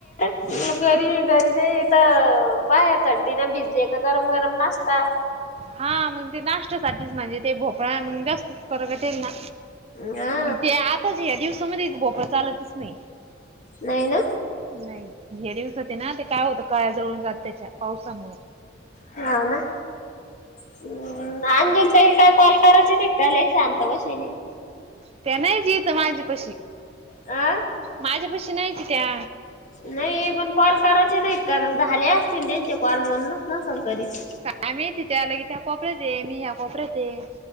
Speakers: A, on the left (about 40°); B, on the right (about 30°).
A: गरी घरी नाही तर बाहे थंडी ना भिजली का गरम गरम नास्ता.
B: हा मग ते नाश्त्यासाठीच म्हणजे, ते भोपळा मग जास्तच फरकटेल ना.
A: हा
B: ते आताच या दिवसामध्ये <inaudible> भोपर चालतच नाही.
A: नाही ना
B: नाही, हे दिवसात ना ते काय होतं काळ्या जळून जात त्याच्या <inaudible> पावसामु
A: <inaudible> होव ना. <inaudible> हम आणंजेल ते येईल काय कॉल करायच ते काला शांत <inaudible> वशने
B: त्यां नाहीच येत माझ्या पशी.
A: आं.
B: माझ्या पशी नाहीती त्या
A: नाही पण कॉल करायचे नाहीत का मग झाले असतील त्यांचे कॉल म्हणूनच नस करीत.
B: आम्ही तिथे आल कि त्या कोपऱ्याच आहे. मी ह्या कोपऱ्याच आहे.